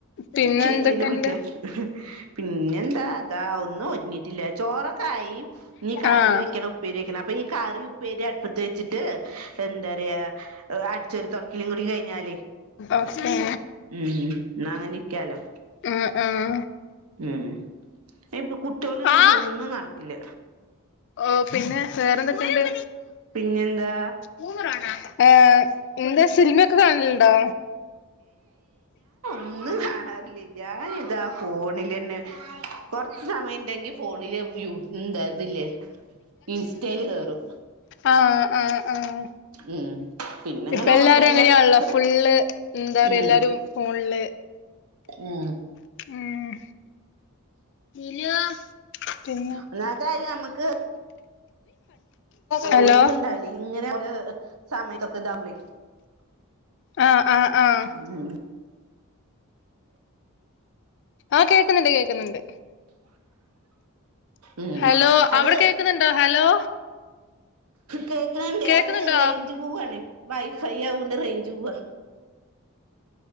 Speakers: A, on the left; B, on the right.
A: പിന്നെ
B: ചേച്ചീനെ
A: എന്തൊക്കെണ്ട്
B: വിളിക്ക പിന്നെന്താ അതാ ഒന്നും ഒരുങ്ങിട്ടില്ല ചോറൊക്കെ ആയി ഇനീ കറി
A: ആഹ്
B: വെക്കണം ഉപ്പേരി വെക്കണം അപ്പൊ ഈ കറി ഉപ്പേരി അടുപ്പത്ത് വെച്ചിട്ട് എന്താ പറയാ അടിച്ചൊരു തുടക്കലും കൂടി കഴിഞ്ഞാലേ
A: ഓക്കെ
B: ഉം എന്ന അങ്ങനെ നിക്കാലോ
A: ആഹ് ആഹ്
B: ഉം ഇപ്പ കുട്ടികൾ ഉണ്ടെങ്കി
A: ആഹ്
B: ഒന്നും നടക്കില്ല
A: ഓ പിന്നെ വേറെന്തൊക്കെയുണ്ട്
B: പിന്നെന്താ
A: മൂന്നര ആണ ഏ ഇ സിനിമയൊക്കെ കാണലണ്ടോ
B: ഒന്നും കാണാറില്ല <unintelligible> ഫോണില്ന്നെ കൊറച്ച് സമയംണ്ടെങ്കി ഫോണില് യന്താ ഇതില്ലേ ഇൻസ്റ്റൽ കയറും
A: ആഹ് ആഹ് ആഹ്
B: ഉം പിന്നെങ്ങനെ
A: ഇപ്പ എല്ലാരും
B: ഓൺലൈൻ
A: എങ്ങനെയാണല്ല
B: വർക്ക് കൂടെ
A: ഫുള്ള് എന്താ പറയ
B: ഉം
A: എല്ലാരും ഫോണില്
B: ഉം
A: ഉം പിന്നെ
B: ഒന്നാമത്തെ കാര്യം നമുക്ക്
A: ഹലോ
B: ഒഴിവുണ്ടാവില്ല ഇങ്ങനെ ഒരു സമയത്തൊക്കെ ഇതാമ്പളെ
A: ആഹ് ആഹ് ആഹ്
B: ഉം
A: ആഹ് കേൾക്കുന്നുണ്ട് കേൾക്കുന്നുണ്ട്
B: ഉം
A: ഹലോ
B: അത്
A: അവിടെ കേക്കുന്നുണ്ടോ ഹലോ
B: കേൾക്കണണ്ടേ
A: കേക്കുന്നുണ്ടോ
B: അത് റേഞ്ച് പോവാണ് വൈഫൈ ആവുക കൊണ്ട് റേഞ്ച് പോവാ